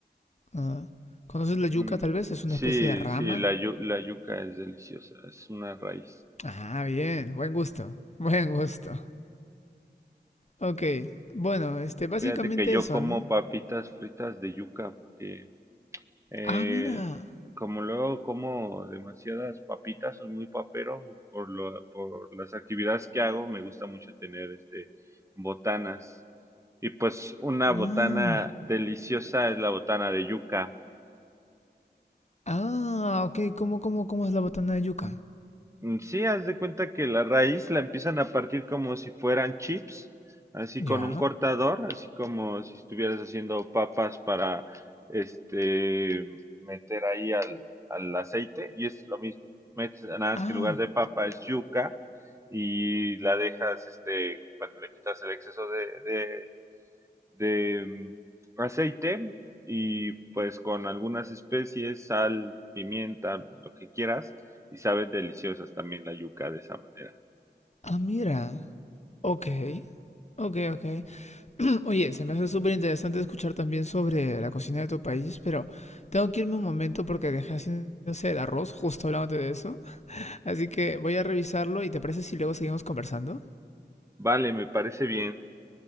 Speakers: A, on the left (about 40°); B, on the right (about 15°).
A: ah. ¿Conoces la yuca
B: Mm,
A: tal vez? Es
B: Sí,
A: una especie de rama.
B: sí, la, yu- la yuca es deliciosa, es una raíz.
A: Ah, bien, buen gusto, <laughs> buen gusto. Ok, bueno, este, básicamente
B: Fíjate que yo
A: eso,
B: como
A: ¿no?
B: papitas fritas de yuca porque Eh,
A: Ah, mira.
B: como luego como demasiadas papitas, soy muy papero por lo, por las actividades que hago, me gusta mucho tener este botanas. Y pues una
A: Ah,
B: botana deliciosa es la botana de yuca.
A: ah, ok, ¿cómo, cómo, cómo es la botana de yuca?
B: Mm, Sí, haz de cuenta que la raíz la empiezan a partir como si fueran chips, así
A: Ya.
B: con un cortador, así como si estuvieras haciendo papas para este meter ahí al, al aceite, y es lo mismo. Metes, nada más
A: Ah,
B: que en lugar de papa es yuca y la dejas, este, cuando le quitas el exceso de, de de mm, aceite y pues con algunas especies, sal, pimienta, lo que quieras, y sabes deliciosas también la yuca de esa manera.
A: ah, mira. Ok, ok, ok. <clears throat> Oye, se me hace súper interesante escuchar también sobre la cocina de tu país, pero tengo que irme un momento porque dejé haciéndose el arroz, justo hablándote de eso. Así que voy a revisarlo y ¿te parece si luego seguimos conversando?
B: Vale, me parece bien.